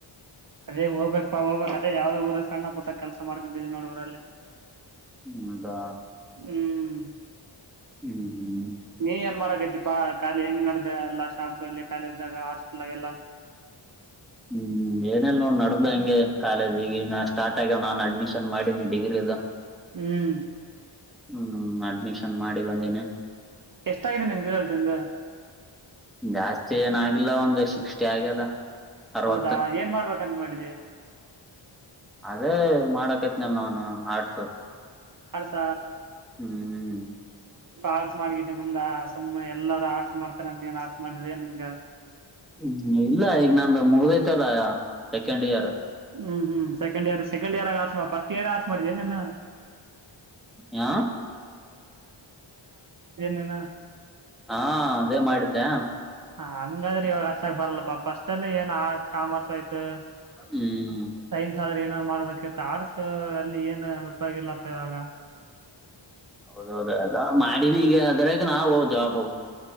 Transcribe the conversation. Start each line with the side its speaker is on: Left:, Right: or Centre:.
Right: ಅದೇ ಹೋಗ್ಬೇಕಕ್ಪ್ಪಾ ಹೋಗ್ ಅದೇ ಯಾವ್ದ ಊರ ಸಣ್ಣಟ್ಟ. ಕೆಲಸ ಮಾಡ್ಕೊಂಡಿದ್ದವಿ ನೋಡ ಊರಲ್ಲಿ.
Centre: ಹೌದಾ
Right: ಹ್ಮ್
Centre: ಹ್ಮ್ ಹ್ಮ್್ಮ
Right: ನೀ ಏನ್ ಮಾಡಕೈತಿಪಾಖಾಲಿ ಹೆಂಗ್ ನಡ ಅಲ್ಲ ಶಾಬಲ್ಲಿ ಕಾಲ ಇಾಗ ಆಷ್ಟಲಾಗ ಎಲ್ಲ
Centre: ಹ್ಮ್ ಏನಲ್ ನೋಡ್ ನಡ್ದ ಹಂಗೆ ಕಾಲೇಜ್ ಈಗ ಸ್ಟಾರ್ಟ್ ಆಗ್ಯವ್ ನಾನನ್ ಅಡ್ಮಿಷನ್ ಮಾಡಿನಿ ಡಿಗ್ರಿದು
Right: ಹ್ಮ್
Centre: ಹ್ಮ್ ಅಡ್ಮಿಷನ್ ಮಾಡಿ ಬಂದೀನಿ
Right: ಎಷ್ಟಾಗಿದೆ ಮದಿಂದ
Centre: ಜಾಸ್ತಿ ಏನಾಗಿಿಲ್ಲ ಒಂದು ಶಿಕ್ಸ್ಟಿ ಆಗ್ಯದ ಅರವತ್ತು
Right: ಹೌದಾ ಏನ್ ಮಾಡ್ಬೇಕಂತ ಮಾಡಿದ್ದಿ
Centre: ಅದೇ ಮಾಡಕೈತ್ನಲ್ ನನ್ ಆಡ್ಸೋ
Right: ಹರ್ಸ
Centre: ಹ್ಮ್್ಮ್್ಮ
Right: ಆಡ್ಸ ಮಾಡ ಮುಂದ ಸುಮ್ಮ್ ಎಲ್ಲಾರೂ ಆಡ್ಸ ಮಾಡ್ತಾರ ನೀಏನ್ ಆಡ್ಸ ಮಾಡ್ರ ನಿನ್ಂಗ
Centre: ಹ್ಮ್ ಇಲ್ಲ ಈಗ ನಂದು ಮುಗ್ದೈತೆಲ್ಲ ಸೆಕೆಂಡ್ ಇಯರ್
Right: ಹ್ಮ ಹ್ಮ ಸಕೆ್ ಇಯರ್ ಸಕೆ್ ಇರ್ ಆಸ್ಫಸ್ಟ್ ಇಯರ್ ಆ ಮಾಡಿದ್ದೇನೆಲ್ಲ
Centre: ಹಾ
Right: ನೀನು
Centre: ಹಾ ಅದೇ ಮಾಡಿದ್ದೆ
Right: ಹ ಹಂಗಾದ್ರೆ ಇವಾಗ ಹಚ್ಚಕ್ ಬರಲ್ಲಪ್ಪಾ ಫಸ್ಟ್ ಅಲ್ಲಿ ಏನ್ ಆರ್ಟ್ ಕಾಮರ್ಸ್ ಆಯ್ತು
Centre: ಹ್ಮ್
Right: ಸೈನ್ಸ್ ಆದ್ರೆ ಏನಾದ್ರು ಮಾಡ್ಬೇಕತ್ತು ಆರ್ಟ್ಸ್ ಅಲ್ಲಿ ಏನ ಆಲ್ಲ ಇವಾಗ
Centre: ಹೌದೌದು ಅ ಮಾಡಿನಿ ಈಗ ಅದ್ರಾಗ ನಾವು ಜಾ ಹೌ